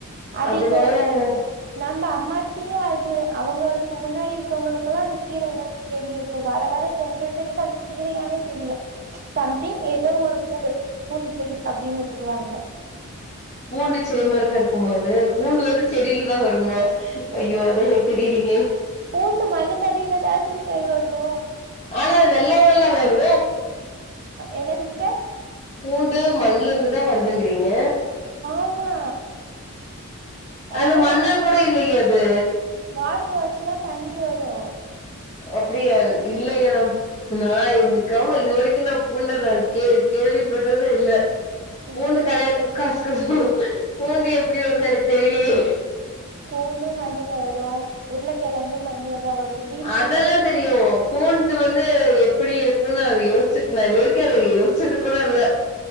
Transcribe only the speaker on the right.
அது
இப்போ நம்ம அம்மாச்சியே அது அவங்களுக்கு முன்னாடி இருக்கிறவங்களுக்கெல்லா அந்த கீர என் தெரியு இப்போ வர வர ஜென்ரேஷனுக்கு அது கீரயானே தெரில சம்திங் ஏதோ ஒரு பூண்டு பூண்டு செடி அப்டின்னு உட்ருவாங்க
பூண்டு மண்ணுக்கடில தா சிஸ்டர் வரு
என்ன சிஸ்டர்?
ஆமா அதெல்லா
வா
வாட்டர் வாஷ்லா பண்ணி வரு
சிஸ்டர்
பூண்டு மண்ணுல வரு உருளக்கெழங்கு மண்ணுலதா வரு பீட்ரூட்டு